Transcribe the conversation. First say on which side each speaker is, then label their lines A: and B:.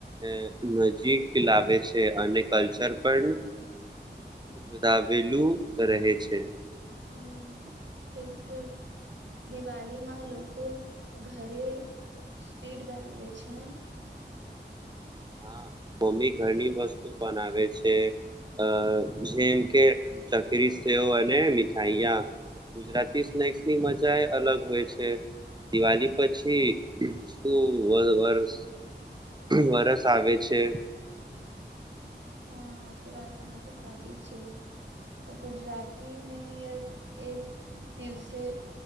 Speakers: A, on the right; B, on the right.
A: અ નજીક લાવે છે અને કલ્ચર પણ જુદાવેલું રહે છે
B: હમ બિલકુલ દિવાલીમાં લોકો ઘરે સ્વીટ બનાવે છે ને
A: હા મમ્મી ઘણી વસ્તુ બનાવે છે અ જેમ કે ચકરી સેવ અને મીઠાઈયા ગુજરાતી સ્નેક્સની મજા એ અલગ હોય છે દિવાળી પછી શું વર વરસ વરસ આવે છે
B: હા તો વાત તમારી સાચી છે ગુજરાતી ન્યૂ ઈયર એ દિવસે